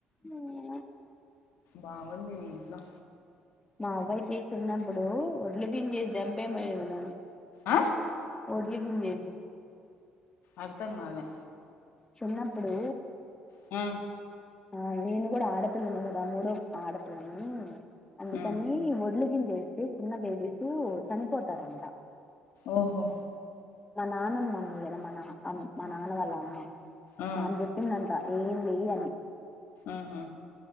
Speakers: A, on the left; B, on the left.
A: అవును
B: బాగుంది మీ ఇంట్లో
A: మా అవ్వైతే చిన్నప్పుడు ఒడ్లు మింగేసి చంపేమనేది నన్
B: ఆ
A: వడ్ల గింజేసీ
B: అర్థం గాలే
A: చిన్నప్పుడు
B: ఆ
A: ఆ నేను కూడా ఆడపిల్లనే కదా మూడో ఆడపిల్లని అందుకని
B: ఆ
A: ఒడ్లు గింజెస్తే చిన్న బేబీస్ చనిపోతారంట
B: ఓహో
A: మా నాన్నమ్మ అంది కదా మా నామ్ మా నాన్న వాళ్ళ అమ్మ
B: ఆ
A: ఆమె జెప్పిందంట ఏంది అని
B: ఆహా